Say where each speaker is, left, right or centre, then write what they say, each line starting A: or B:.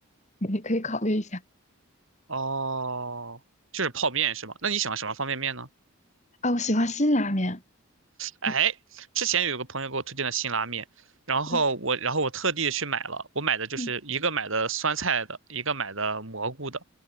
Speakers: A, on the left (about 30°); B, on the right (about 60°).
A: 你可以考虑一下。
B: 哦，就是泡面是吗？那你喜欢什么方便面呢？
A: 啊，我喜欢新拉面，
B: 哎，
A: 嗯，
B: 之前有个朋友给我推荐的辛拉面，然后我然后我特地去买了，
A: 对，
B: 我买的就是一个买的酸菜的，
A: 嗯，
B: 一个买的蘑菇的，